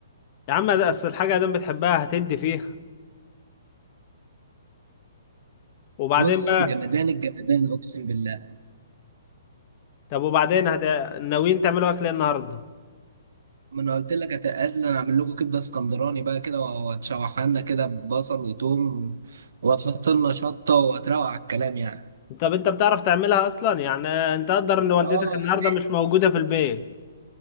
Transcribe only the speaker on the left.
يا عم ده اصل الحاجه دام بتحبها هتدي فيها وبعدين
بقى
طب وبعدين هت... ناويين تعملوا اكل إيه النهارده
طب انت بتعرف تعملها اصلا يعني انت قدر ان والدتك
النهارده
مش موجوده في البيت